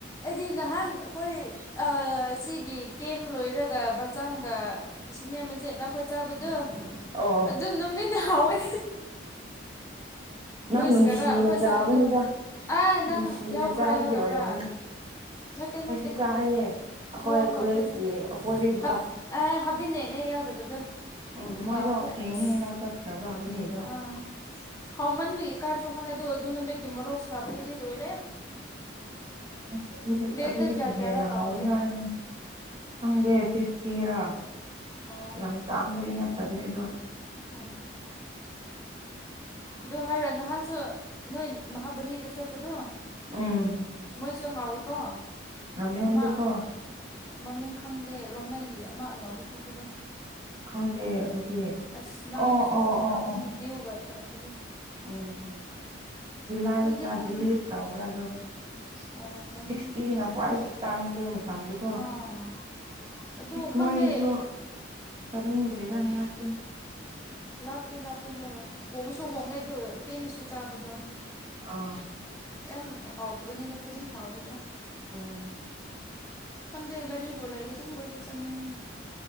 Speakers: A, on the left (about 15°); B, on the right (about 30°).
A: ꯑꯩꯗꯤ ꯅꯍꯥꯟ ꯑꯩꯈꯣꯏ ꯑ ꯁꯤꯒꯤ ꯀꯦꯝ ꯂꯣꯏꯔꯒ ꯕꯆꯪꯒ ꯁꯤꯅꯤꯌꯔ ꯃꯆꯦꯠꯅ ꯑꯩꯈꯣꯏ ꯆꯥꯕꯗꯣ
B: ꯑꯣ
A: ꯑꯗꯨ ꯅꯨꯃꯤꯠꯅ ꯍꯥꯎꯋꯦ
B: ꯅꯪ
A: ꯂꯣꯏꯁꯤꯒꯔꯥ
B: ꯅꯨꯡꯁꯤꯅ
A: ꯑꯩꯈꯣꯏ
B: ꯆꯥꯕꯅꯤꯗ
A: ꯆꯥꯕꯗꯣ ꯑꯥ
B: ꯅꯨꯡꯁꯤꯅ
A: ꯅꯪ ꯌꯥꯎꯕ꯭ꯔꯥ
B: ꯆꯥꯕꯒꯤ
A: ꯌꯥꯎꯗꯕ꯭ꯔꯥ
B: ꯑꯣꯏꯔꯝꯅꯤ
A: ꯅꯠꯇꯦ
B: ꯑꯩꯁꯨ
A: ꯅꯠꯇꯦ
B: ꯆꯥꯏꯌꯦ ꯑꯩꯈꯣꯏ
A: ꯍꯣꯏ ꯍꯣꯏ
B: ꯀꯣꯂꯦꯖꯀꯤ
A: ꯑꯩꯈꯣꯏꯅꯦ
B: ꯑꯣꯄꯣꯖꯤꯠꯇ
A: ꯍꯥꯕ ꯑꯦ ꯍꯥꯕꯤꯅꯦꯠꯅꯦ ꯌꯥꯎꯗꯕꯗꯣ
B: ꯎꯝ ꯃꯣꯏꯗꯣ
A: ꯀꯥꯎꯈ꯭ꯔꯦ
B: ꯊꯦꯡꯉꯦ
A: ꯑꯁ
B: ꯍꯥꯏꯅ ꯆꯠꯈ꯭ꯔꯕꯥ ꯍꯥꯕꯤꯅꯦ
A: ꯑꯥ ꯍꯥꯎꯃꯟꯕꯒꯤ ꯏꯀꯥꯏꯕꯁꯨ ꯈꯪꯗꯦ ꯑꯗꯣ ꯑꯗꯨ ꯅꯨꯃꯤꯠꯀꯤ ꯃꯣꯔꯣꯛ ꯁꯥꯕꯗꯨꯗꯤ ꯂꯣꯏꯔꯦ
B: ꯑꯁ ꯑꯗꯨꯗꯤ
A: ꯄ꯭ꯂꯦꯠꯇ
B: ꯑꯗꯨꯗꯒꯤ
A: ꯀꯌꯥ ꯀꯌꯥꯔꯥ
B: ꯍꯦꯟꯅ
A: ꯀꯥꯎꯈ꯭ꯔꯦ
B: ꯍꯥꯎꯋꯦꯗ ꯑꯩꯅ ꯈꯪꯗꯦ ꯐꯤꯐꯇꯤꯔꯥ
A: ꯑꯣ
B: ꯌꯥꯝ ꯇꯥꯡꯕꯗꯤ ꯅꯠꯇꯕꯅꯤ ꯑꯗꯨ
A: ꯎꯝ ꯑꯗꯨ ꯍꯥꯏꯔꯣ ꯅꯍꯥꯟꯁꯨ ꯅꯣꯏ ꯃꯍꯥꯕꯂꯤꯗ ꯆꯠꯄꯗꯨ
B: ꯎꯝ
A: ꯃꯣꯏꯁꯨ ꯍꯥꯎꯋꯦꯀꯣ
B: ꯔꯥꯃꯦꯟꯗꯨꯀꯣ
A: ꯑꯃ ꯃꯃꯤꯡ ꯈꯪꯗꯦ ꯔꯣꯡꯃꯩꯒꯤ ꯑꯃ ꯑꯅꯧꯕ ꯊꯣꯛꯄꯗꯨ
B: ꯈꯪꯗꯦ ꯑꯩꯗꯤ
A: ꯑꯁ ꯅꯪꯁꯨ
B: ꯑꯣ ꯑꯣ
A: ꯆꯠꯄꯔ
B: ꯑꯣ
A: ꯑꯃꯅꯤ
B: ꯑꯣ
A: ꯗ꯭ꯌꯨꯒ ꯊꯥꯒꯠꯄꯗꯨ
B: ꯎꯝ ꯎꯝ ꯂꯥꯏ
A: ꯑꯩꯗꯤ
B: ꯆ
A: ꯈꯪꯗꯦ
B: ꯗꯤꯂꯤꯁ ꯆꯥꯎꯕ꯭ꯔ ꯑꯗꯣ
A: ꯑꯣ ꯃꯃꯤꯡꯗꯤ
B: ꯁꯤꯛꯁꯇꯤꯅ
A: ꯈꯪꯕꯅꯤ
B: ꯈ꯭ꯋꯥꯏꯗꯒꯤ ꯇꯥꯡꯕꯗꯣ ꯃꯄꯥꯟꯗꯨꯀꯣ
A: ꯑꯥ ꯑꯗꯨ
B: ꯑꯁ
A: ꯈꯪꯗꯦ
B: ꯃꯣꯏꯁꯨ ꯆꯠꯅꯤꯡꯗ꯭ꯔꯦꯗ ꯍꯟꯗꯛꯇꯤ
A: ꯂꯥꯞꯇꯤ ꯂꯥꯞꯄꯦ ꯍꯣꯏ ꯍꯣꯡꯁꯨ ꯍꯣꯡꯉꯦ ꯑꯗꯨ ꯄꯦꯟꯅꯁꯨ ꯆꯥꯕꯗꯨ
B: ꯑꯣ
A: ꯌꯥꯝ ꯍꯥꯎꯇꯕꯗꯤ ꯅꯠꯇꯦ ꯑꯗꯨꯝ ꯍꯥꯎꯋꯦꯕ
B: ꯎꯝ
A: ꯈꯪꯗꯦ ꯒꯥꯔꯤꯕꯨ ꯂꯩꯔꯗꯤ ꯑꯗꯨꯝ ꯀꯣꯏꯕ ꯆꯠꯅꯤꯡꯉꯦ